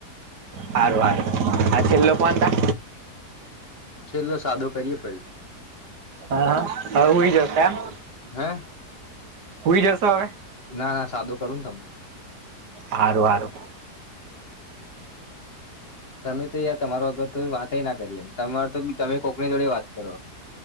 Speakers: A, on the right (about 80°); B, on the left (about 40°).
A: હારુ હારુ આ છેલ કોન તા
B: છેલ્લો સાદો કરીએે પડી
A: હા હા હું હુ બી જતા એમ
B: હે
A: ઉઈ જસો હવે
B: ના ના સાદો કરું ને તમને
A: હારું હારું
B: તમે તો યાર તમારો વગર તો વાત ના કરી એમ તમાર તો તમે કોકની જોડે વાત કરો